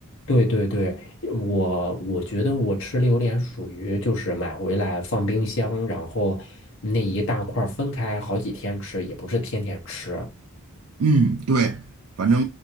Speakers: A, on the left; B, on the right.
A: 对对对，我我觉得我吃榴莲属于就是买回来放冰箱，然后那一大块儿分开好几天吃，也不是天天吃。
B: 嗯，对，反正